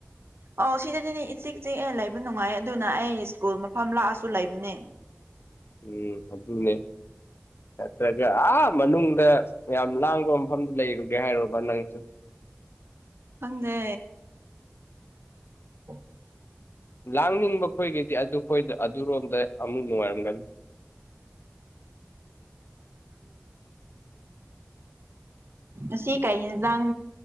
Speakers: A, on the right; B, on the left.
A: ꯑꯧ ꯁꯤꯗꯗꯤꯅꯦ ꯏꯆꯤ ꯆꯤꯛꯑ ꯂꯩꯕ ꯅꯨꯡꯉꯥꯏ ꯑꯗꯨꯅ ꯑꯩ ꯁ꯭ꯀꯨꯜ ꯃꯐꯝ ꯂꯥꯛꯑꯁꯨ ꯂꯩꯕꯅꯦ
B: ꯎꯝ ꯑꯗꯨꯅꯦ ꯅꯠꯇ꯭ꯔꯒ ꯑꯥ ꯃꯅꯨꯡꯗ ꯌꯥꯝ ꯂꯥꯡꯕ ꯃꯐꯝꯗꯨ ꯂꯩꯔꯨꯒꯦ ꯍꯥꯏꯔꯨꯕ ꯅꯪꯁꯨ
A: ꯈꯪꯗꯦ ꯑꯣ
B: ꯂꯥꯡꯅꯤꯡꯕ ꯈꯣꯏꯒꯤꯗꯤ ꯑꯗꯨꯣꯏꯗ ꯑꯗꯨꯔꯣꯝꯗ ꯑꯃꯨꯛ ꯅꯨꯡꯉꯥꯏꯔꯝꯒꯅꯤ
A: ꯉꯁꯤ ꯀꯩ ꯏꯟꯖꯥꯡ